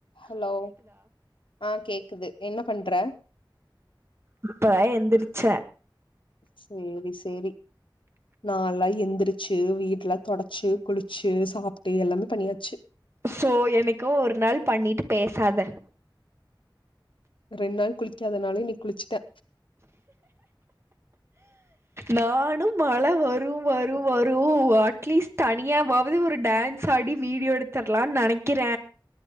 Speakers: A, on the left (about 80°); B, on the right (about 30°).
A: ஹலோ ஆ கேக்குது என்ன பண்ற
B: இப்ப எந்திரிச்ச
A: சேரி சேரி நால்ளா எந்திரிச்சு வீட்டுல தொடச்சு குளிச்சு சாப்பிட்டு எல்லாமே பண்ணியாச்சு
B: ஸோ என்னக்கோ ஒரு நாள் பண்ணிட்டு பேசாத
A: ரெண்டு நாள் குளிக்காதனால இன்னைக் குளிச்சுட்டே
B: நானு மழ வரு வரு வரு அட்லீஸ் தனியாவது ஒரு டான்ஸ் ஆடி வீடியோ எடுத்திர்லான் நெனைக் கிற